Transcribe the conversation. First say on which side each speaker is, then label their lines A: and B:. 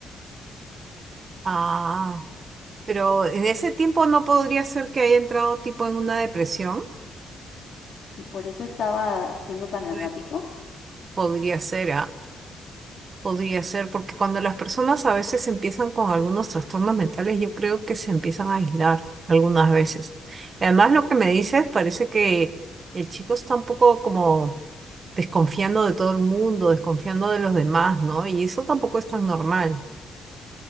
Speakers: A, on the right; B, on the left.
A: Ah, pero en ese tiempo no podría ser que haya entrado tipo en una depresión.
B: y por eso estaba siendo tan errático.
A: Puede- Podría ser, ¿ah? Podría ser, porque cuando las personas a veces empiezan con algunos trastornos mentales, yo creo que se empiezan a aislar algunas veces. Y además, lo que me dices, parece que el chico está un poco como desconfiando de todo el mundo, desconfiando de los demás, ¿no? Y eso tampoco es tan normal.